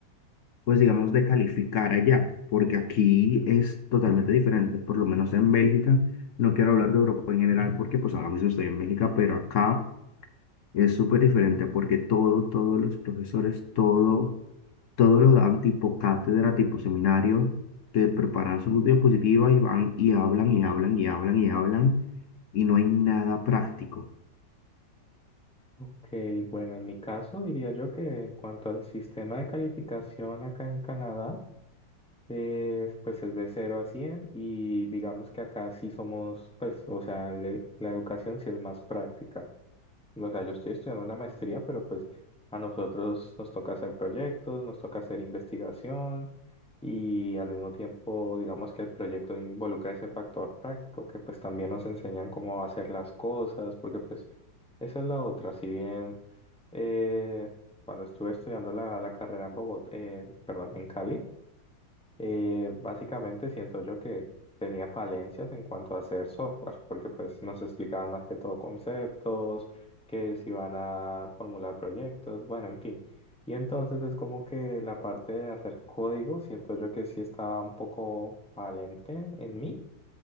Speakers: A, on the left (about 60°); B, in the centre.
A: pues digamos, de calificar allá? Porque aquí es totalmente diferente, por lo menos en Bélgica. No quiero hablar de Europa en general porque pues ahora mismo estoy en Bélgica, pero acá Es súper diferente porque todo, todos los profesores, todo, todos los dan tipo cátedra, tipo seminario, que preparan su diapositiva y van y hablan y hablan y hablan y hablan y no hay nada práctico.
B: Ok, bueno, en mi caso diría yo que en cuanto al sistema de calificación acá en Canadá, eh, pues es de cero a 100 y digamos que acá sí somos, pues, o sea, le- la educación sí es más práctica. O sea, yo estoy estudiando una maestría, pero pues a nosotros nos toca hacer proyectos, nos toca hacer investigación y al mismo tiempo, digamos que el proyecto involucra ese factor práctico, que pues también nos enseñan cómo hacer las cosas, porque pues esa es la otra. Si bien eh, cuando estuve estudiando la, la carrera en Bogotá, eh, perdón, en Cali, eh, básicamente siento yo que tenía falencias en cuanto a hacer software, porque pues nos explicaban más que todo conceptos, que se iban a formular proyectos, bueno, en fin. Y entonces es como que la parte de hacer código, siento yo que sí estaba un poco valente en mí.